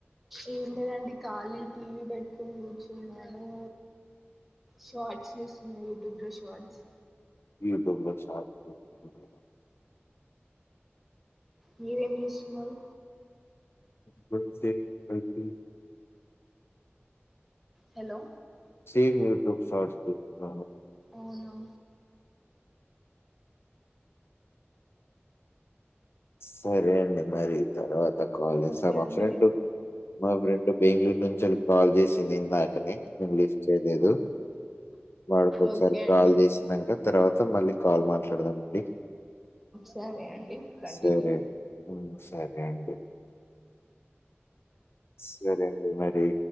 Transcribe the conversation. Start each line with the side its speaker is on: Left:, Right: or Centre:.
Centre: ఏం లేదండి ఖాళీ టీవీ పెట్టుకొని కూర్చున్నాను షార్ట్స్ చూస్తున్నా యూట్యూబ్ లో షార్ట్స్
Left: యూట్యూబ్ లో షార్ట్స్ చూస్తున్నారా
Centre: మీరేం చేస్తున్నారు
Left: గుర్తేచేకండి
Centre: హలో
Left: సేమ్ యూట్యూబ్ షార్ట్స్ చూస్తున్న
Centre: అవునా
Left: సరే అండి మరి తర్వాత కాల్ చేస్తే
Centre: ఓకే
Left: మా
Centre: అండి
Left: ఫ్రెండ్ నలుగుయింటికి ఈవినింగ్ కాల్ చేసి నేనిందకనే నేను లిఫ్ట్ చేయలేదు వాడికొకసారి
Centre: ఓకే
Left: కాల్
Centre: అండి
Left: చేసినక తర్వాత మళ్ళీ కాల్ మాట్లాడదామండి
Centre: సరే అండి కంటిన్యూ
Left: సరే హ్మ్ సరే అండి సరే అండి మరి